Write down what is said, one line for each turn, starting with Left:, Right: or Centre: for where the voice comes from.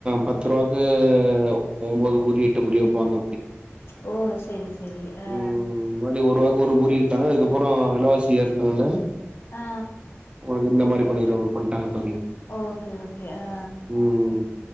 Right: பத்துருவா எ ஒம்பது பூரி எட்டு பூரி வெப்பாங்க
Left: ஓ செரி செரி ஆ
Right: ம் முன்னாடி ஒரு ரூவாக்கு ஒரு பூரி வித்தாங்க அதுக்கப்பறோ வெலவாசி ஏறினதுனால
Left: ஆ ஆ
Right: உங்களுக்கு இந்த மாரி பன்னிருவாங்க அப்டின்
Left: ஓகே ஓகே ஆ
Right: ம்